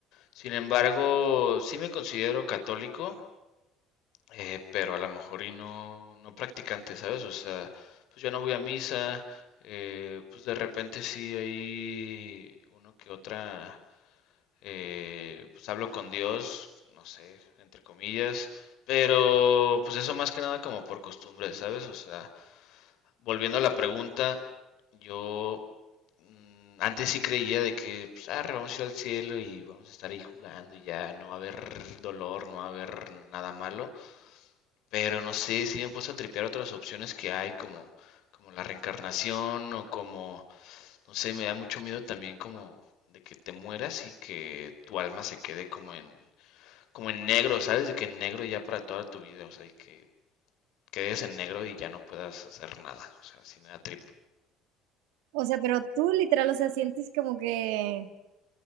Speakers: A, on the left (about 70°); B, on the right (about 80°).
A: Sin embargo, sí me considero católico, eh, pero a lo mejor y no, no practicante, ¿sabes? O sea, pues yo no voy a misa, eh, pues de repente sí hay uno que otra, eh, pues hablo con Dios, no sé, entre comillas, pero pues eso más que nada como por costumbre, ¿sabes? O sea, volviendo a la pregunta, yo mm, antes sí creía de que, pues, arre, vamos a ir al cielo y vamos a estar ahí jugando y ya no va a haber dolor, no va a haber nada malo. Pero no sé, sí me he puesto a tripear otras opciones que hay, como, como la reencarnación o como, no sé, me da mucho miedo también como de que te mueras y que tu alma se quede como en, como en negro, ¿sabes? De que en negro ya para toda tu vida, o sea, y que quedes en negro y ya no puedas hacer nada, o sea, sí me da trip.
B: o sea, pero tú literal, o sea, sientes como que,